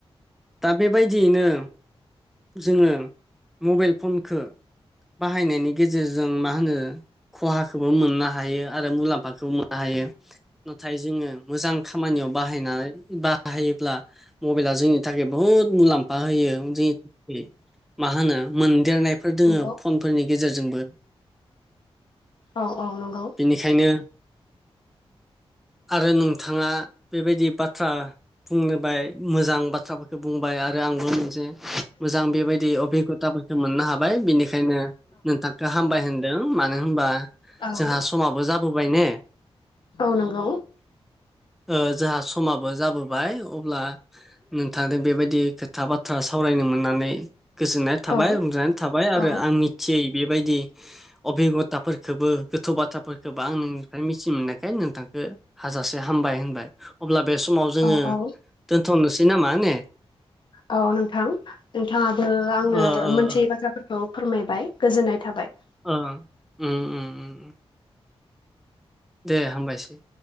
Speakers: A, in the centre; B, on the left.
A: दा बेबायदियैनो जोंङो मबाइल फनखो बाहायनायनि गेजेरजों मा होनो खहाखौबो मोननो हायो आरो मुलाम्फाखौबो मोननो हायो। नाथाय जोंङो मोजां खामानियाव बाहायनाय बाहायोब्ला मबाइला जोंनि थाखाय बुहुत मुलाम्फा होयो जुदि मा होननो मोनदेरनायफोर दोङो
B: औ नंगौ
A: फन फोरनि गेजेरजोंबो
B: औ औ नंगौ
A: बेनिखायनो आरो नोंथाङा बेबायदि बाथ्रा बुंनोबाय मोजां बाथ्राफोरखौ बुंबाय आरो आंबो मोनसे मोजां बेबायदि अबिगथाफोरखौ मोननो हाबाय बेनिखायनो नोंथां गाहामबाय होनदों मानो होनबा
B: औ
A: जोंहा समाबो जाबोबाय ने।
B: औ नोंगौ।
A: ओ जोंहा समाबो जाबोबाय अब्ला नोंथांदों बेबायदि खोथा बाथ्रा सावरायनो मोन नानै गोजोननाय थाबाय
B: औ
A: रंजानाय थाबाय आरो
B: औ
A: आं मिथियै बेबायदि अबे खथाफोरखोबो गोथौ बाथ्राफोर गोबां नोंनिफ्राय मिथि मोननायखाय नोंथांखो हाजासे हामबाय होनबाय अब्ला बे समाव जोङो
B: औ औ
A: दोनथ'नोसै नामा ने?
B: औ नोंथां नोंथाङाबो आंनो
A: ओ ओ
B: मोनथियै
A: ओ
B: बाथ्रा फोरखौ फोरमायबाय गोजोननाय थाबाय।
A: ओ उम उम उम। दे हामबायसै।